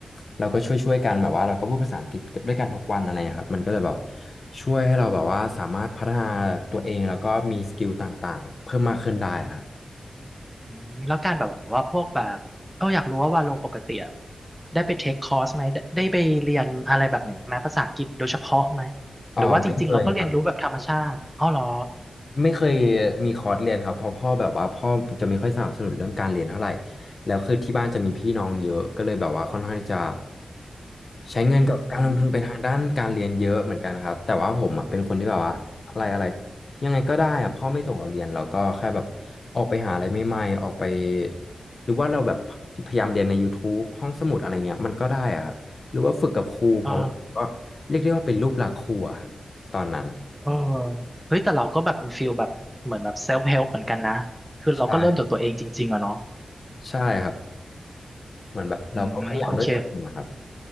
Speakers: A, on the left; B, in the centre.
A: เราก็ช่วยๆกันแบบว่าเราก็พูดภาษาอังกฤษด้วยกันทุกวันอะไรอย่างเงี้ยครับมันก็เลยแบบช่วยให้เราแบบว่าสามารถพัฒนาตัวเองแล้วก็มีสกิลต่างๆเพิ่มมากขึ้นได้ครับ
B: อืมแล้วการแบบว่าพวกแบบเอออยากรู้ว่าวาโลปกติอะได้ไปเทคคอร์สไหมได้ได้ไปเรียนอะไรแบบเนี้ยไหมภาษาอังกฤษโดยเฉพาะไหม
A: อ๋อไม่เคยครับ
B: หรือว่าจริงๆเราก็เรียนรู้แบบธรรมชาติอ๋อเหรอ
A: ไม่เคยมีคอร์สเรียนครับเพราะพ่อแบบว่าพ่อจะไม่ค่อยสนับสนุนเรื่องการเรียนเท่าไหร่แล้วคือที่บ้านจะมีพี่น้องเยอะก็เลยแบบว่าค่อนข้างที่จะใช้เงินกับการลงทุนไปทางด้านการเรียนเยอะเหมือนกันครับแต่ว่าผมอ่ะเป็นคนที่แบบว่าอะไรอะไร
B: อืมอืมอืม
A: ยังไงก็ได้อ่ะพ่อไม่ส่งเราเรียนเราก็แค่แบบออกไปหาอะไรใหม่ๆออกไปหรือว่าเราแบบพยายามเรียนในยูทูบห้องสมุดอะไรเงี้ยมันก็ได้อ่ะครับหรือว่าฝึกกับครูเพราะว่าก็เรียกได้ว่าเป็นลูกหลักครูอะ
B: เออ
A: ตอนนั้น
B: เออเฮ้ยแต่เราก็แบบเป็นฟิลแบบเหมือนแบบเซลฟ์เฮลป์เหมือนกันนะคือเราก็เริ่มจากตัวเองจริงๆอะเนาะ
A: ใช่ใช่ครับ เหมือนแบบเราก็พยายามด้วยตัวเองนะครับ
B: อืมโอเค